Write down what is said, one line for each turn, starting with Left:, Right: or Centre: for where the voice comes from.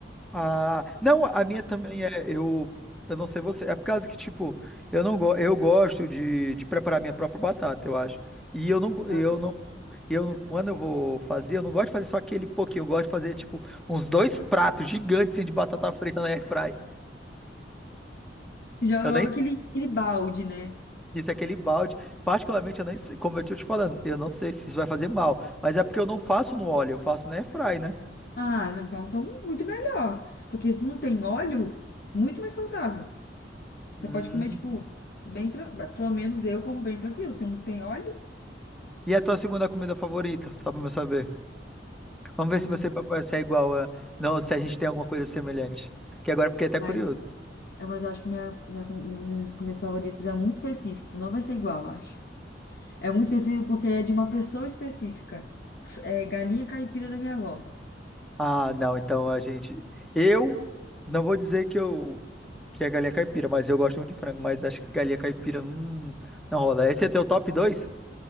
Centre: Ah, não, a minha também é, eu, eu não sei você, é por causa que, tipo, eu não go, eu gosto de, de preparar minha própria batata, eu acho. E eu não, go- eu
Left: Ah.
Centre: não Eu, não- quando eu vou fazer, eu não gosto de fazer só aquele pouquinho, eu gosto de fazer, tipo, uns dois pratos gigantes, assim, de batata frita na airfry.
Left: Joga
Centre: Eu
Left: logo
Centre: nem
Left: aquele, aquele balde, né?
Centre: sei se é aquele balde, particularmente, eu nem sei, como eu tô te falando, eu não sei se isso vai fazer mal, mas é porque eu não faço no óleo, eu faço na airfry, né?
Left: Ah, não, então, então muito melhor. Porque se não tem óleo, muito mais saudável. Você
Centre: Hum.
Left: pode comer, tipo, bem tranquilo. Pelo menos eu como bem tranquilo, porque não tem óleo.
Centre: E a tua segunda comida favorita, só pra eu saber. Vamos
Left: Ai,
Centre: ver se você vai ser igual a... Não, se a gente tem alguma coisa semelhante, que agora eu fiquei até
Left: ai,
Centre: curioso.
Left: é Mas eu acho que minha, minha com- uma das comidas é muito específico. Não vai ser igual, eu acho. É muito específico porque é de uma pessoa específica. É galinha caipira da minha avó.
Centre: Ah, não, então a gente. Eu não vou dizer que eu que é galinha caipira, mas eu gosto muito de frango, mas acho que galinha caipira, hum, não rola. Esse é teu top 2.